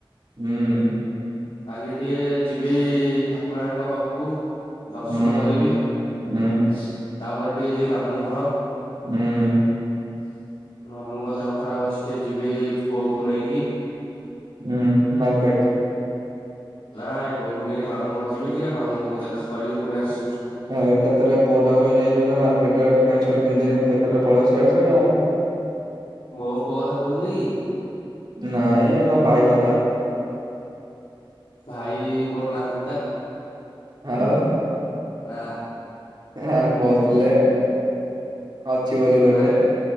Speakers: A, on the right; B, on the left.
A: ହୁଁ।
B: କାଲି ଟିକେ ଯିବି ଠାକୁରାଣୀଙ୍କ ପାଖକୁ। ଦର୍ଶନ
A: ହୁଁ
B: କରିବି ତାପରେ
A: ହୁଁ
B: ଟିକେ ଯିବି ମାମୁଁ ଘର।
A: ହୁଁ।
B: ମାମୁଁଙ୍କ ଦେହ ଖରାପ ଅଛି ଟିକେ ଯିବି ବୋଉ କୁ ନେଇକି
A: ହୁଁ ମାର୍କେଟ
B: ନାଆଁ ଏ ବୋଉକୁ ନେଇକି ମାମଁ ଘର ଯିବିି ଟିକେ ମାମୁଁ ଙ୍କୁ ଦେଖା କରିକି ପୁଣି ଆସିବି।
A: ଆ ଏକାଥରେ ପୁଅଟାକୁ ବି ନେଇଯିବୁ ଯେ ମାର୍କେଟେ ଆଡେ ପେଣ୍ଟ ସାର୍ଟ କିଣି କେମିତି ଏନେ ପେକେଦେରେ ପଳେଇବ ସିଆଡ଼େ ସିଆଡ଼େ ଆଉ।
B: ମୋ ପୁଅ କଥା କହୁଛନ୍ତି କି?
A: ନାଇଁ ତମ ଭାଇ କଥା।
B: ଭାଇ ମୋର ନାହାନ୍ତି ତ।
A: ଆଉ
B: ନା।
A: ହେଁ କହୁଥିଲେ ଅଛି ବୋଲି ଗୋଟେ
B: ନାଇଁ